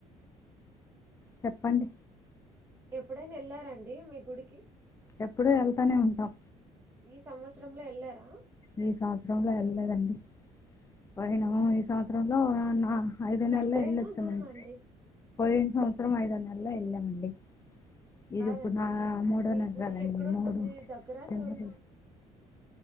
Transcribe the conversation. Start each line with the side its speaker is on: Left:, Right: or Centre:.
Left: చెప్పండి
Right: ఎప్పుడైనా వెళ్లారా అండి మీ గుడికి
Left: ఎప్పుడు వెళ్తానే ఉంటాం
Right: ఈ సంవత్సరంలో వెళ్ళారా
Left: ఈ సంవత్సరంలో వెళ్ళలేదండి పోయినా <inaudible> ఐదు నెలల్లో
Right: దగ్గరేనా
Left: వెళ్లి వచ్చామండి
Right: దూరమా అండి
Left: <unintelligible> ఐదో నెలో ఎల్లమండి ఇది
Right: కాదండి
Left: ఇప్పుడు నా మూడో
Right: మీ
Left: నగరాలండి
Right: గుడి ఎక్కడుంటుంది దగ్గరా
Left: <unintelligible>
Right: దూరమా
Left: మూడురు